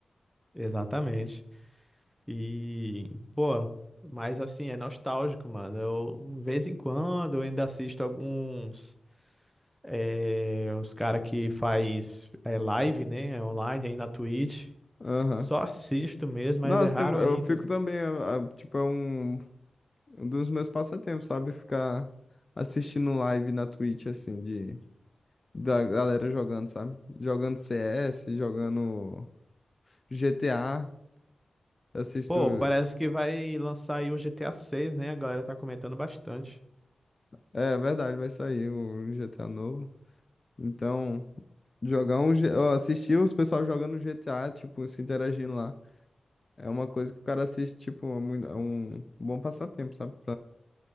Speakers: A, in the centre; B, on the left.
A: Exatamente. E, pô, mas assim, é nostálgico, mano. Eu, de vez em quando, eu ainda assisto alguns, eh, os cara que faz eh, live, né, online aí na Twitch.
B: Aham.
A: Só assisto mesmo,
B: Nossa,
A: mas é raro
B: tem- eu
A: ainda.
B: fico também, a- a- tipo, é um, um dos meus passatempos, sabe? Ficar assistindo live na Twitch, assim, de, da galera jogando, sabe? Jogando CS, jogando GTA, assisto...
A: Pô, parece que vai lançar aí o GTA 6, né? A galera tá comentando bastante.
B: É, verdade, vai sair o GTA novo. Então, jogar um... G- ó, Assistir os pessoal jogando GTA, tipo, se interagindo lá, é uma coisa que o cara assiste, tipo, é mui- é um bom passatempo, sabe?